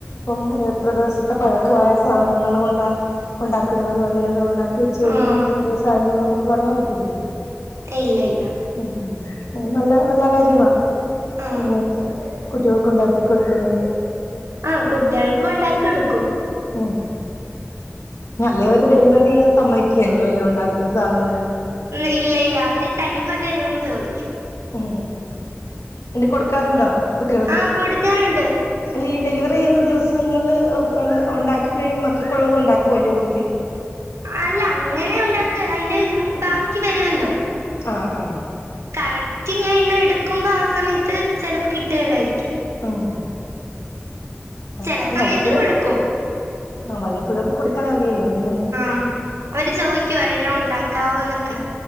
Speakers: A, on the left; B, on the right.
A: പ്പം എത്ര ദിവസത്തെ പഴക്കമായ സാധനങ്ങൾ കൊണ്ടാ ഉണ്ടാക്കുന്നെന്ന അല്ല അത്ണ്ടാ ചെയ്യുമ്പോ
B: ആഹ്
A: എത്ര ദിവസ ആയിരുന്നുന്ന് നമുക്ക് പറയാൻ പറ്റുല്ലലോ
B: ഇല്ല ഇല്ല
A: ഉം ഉം അഹ് നല്ല നല്ല കാര്യമാ
B: ആഹ്
A: അങ്ങനെയൊക്കെ കുട്ടികൾക്കുണ്ടാക്കി കൊടുക്കുന്നത്
B: ആഹ് കുട്ടികൾക്ക് ഉണ്ടാക്കിടുക്കും
A: ഉം നല്ലേവര് ഡെലിവറിയ്യാൻ സമ്മയ്ക്കുല്ലോല്ലോ ഉണ്ടാക്കുന്ന സാധനങ്ങൾ
B: ഉം ഇല്ല ഇല്ല അവര് തരുവോ തരുവൊന്ന് ചോയ് ക്കു
A: ഉം ൻട് കൊടുക്കാറുണ്ടോ കുട്ടികൾക്ക്
B: ആഹ് കൊടുക്കാറുണ്ട്
A: അല്ല ഈ ഡെലിവറിയ്യുന്ന ദിവസങ്ങളിൽ ഉണ്ടാക്കി കഴിയു മക്കക്കുള്ളത് ഉണ്ടാക്കോ അയ്ന്റെ കൂട്ടത്തിൽ
B: അല്ല അങ്ങനെ ഉണ്ടാക്കല്ല അയ്ന്റെ ബാക്കി വരുവല്ലോ
A: ആഹ് ആഹ്
B: കറക്റ്റ് ഇങ്ങനെ എണ്ണ എടുക്കുമ്പോ ആ സമയത്ത് ചിലപ്പോ കിട്ടുകല്ലായിരിക്കും
A: ഓഹ് ഒഹ്
B: ചെല സമയത്ത്
A: വല്ലപ്പുഴൊക്കെ
B: കൊടുക്കും
A: ആഹ് വല്ലപ്പുഴൊക്കെ കൊടുത്താൽ മതിയല്ലോ ഇന്നും
B: ഉം അവര് ചോദിക്കു ഒരെണ്ണം ഉണ്ടാക്കാവോന്നൊക്കെ